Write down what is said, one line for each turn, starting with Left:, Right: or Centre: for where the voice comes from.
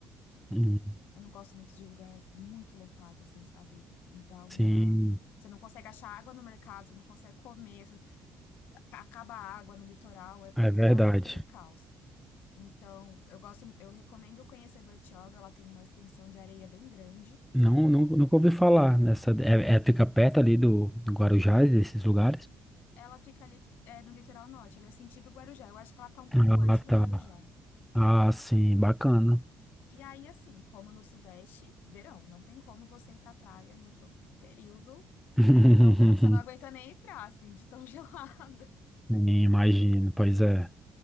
Centre: Hum,
Left: Eu não gosto muito de lugar muito lotado, assim, sabe? Me dá uma.
Centre: sim,
Left: Você não consegue achar água no mercado, você não consegue comer, você- acaba a água no litoral, é-
Centre: é
Left: fica
Centre: verdade.
Left: aquela- aquele caos. Então, eu gosto, eu recomendo conhecer Bertioga, ela tem uma extensão de areia bem grande.
Centre: Não, não, nunca ouvi falar nessa. É, é- fica perto ali do, do Guarujá, desses lugares.
Left: Ela fica ali, é, no litoral norte, ela é sentido Guarujá. Eu acho que ela tá um pouco
Centre: Ah,
Left: antes do
Centre: tá.
Left: Guarujá.
Centre: Ah, sim, bacana.
Left: E aí, assim, como no Sudeste, verão. Não tem como você ir pra praia em outro período
Centre: <laughs>
Left: que não verão. porque Você não aguenta nem entrar, assim, de tão <laughs> gelada.
Centre: Sim, Imagino, pois é.